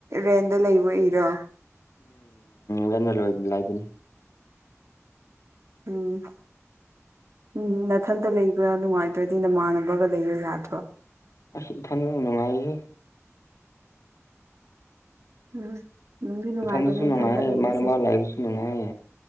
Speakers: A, on the right; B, on the left.
A: ꯔꯦꯟꯗ ꯂꯩꯕꯩꯔꯣ
B: ꯔꯦꯟꯗꯅ ꯂꯣꯏ ꯂꯥꯏꯕꯅꯤ
A: ꯎꯝ ꯎꯝ ꯅꯊꯟꯇ ꯂꯩꯕ ꯅꯨꯡꯉꯥꯏꯇ꯭ꯔꯗꯤ ꯅꯃꯥꯟꯅꯕꯒ ꯂꯩꯕ ꯌꯥꯗ꯭ꯔꯣ
B: ꯏꯊꯟꯗꯅ ꯅꯨꯡꯉꯥꯏꯍꯦ
A: ꯎꯝ ꯅꯨꯡꯗꯤ ꯅꯨꯡꯉꯥꯏꯕꯅꯦ
B: ꯏꯊꯟꯗꯁꯨ ꯅꯨꯡꯉꯥꯏ
A: ꯏꯊꯟꯇ ꯂꯩꯕꯁꯦ
B: ꯏꯃꯥꯅꯕ ꯂꯥꯏꯕꯁꯨ ꯅꯨꯡꯉꯥꯏ